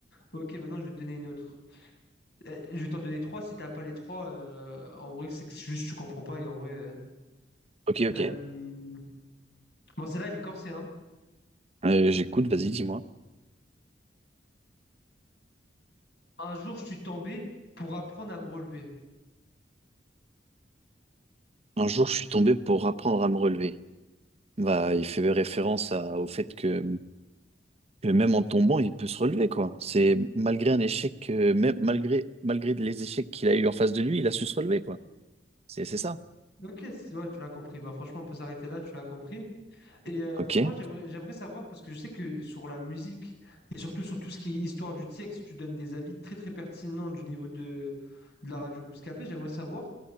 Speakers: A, on the left (about 65°); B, on the right (about 35°).
A: Ok, maintenant je vais te donner une autre. Euh, je vais t'en donner trois, si t'as pas les trois, euh, en vrai, c'est que juste tu comprends pas et en vrai. euh,
B: Ok, ok.
A: euh, Bon, celle-là, elle est corsée, hein.
B: Euh, j'écoute, vas-y, dis-moi.
A: Un jour, je suis tombé pour apprendre à me relever.
B: Un jour, je suis tombé pour apprendre à me relever. Bah, il fait référence à- au fait que, que même en tombant, il peut se relever, quoi. C'est malgré un échec, euh, même malgré, malgré les échecs qu'il a eu en face de lui, il a su se relever, quoi. C'est, c'est ça.
A: Ok, c'est- ouais, tu l'as compris. Bah franchement, on peut s'arrêter là, tu l'as compris. Et euh,
B: Ok.
A: mo- moi, j'aimerais, j'aimerais savoir, parce que je sais que sur la musique, et surtout sur tout ce qui est histoire du texte, tu donnes des avis très très pertinents du niveau de, de la radio Bouscapé. J'aimerais savoir,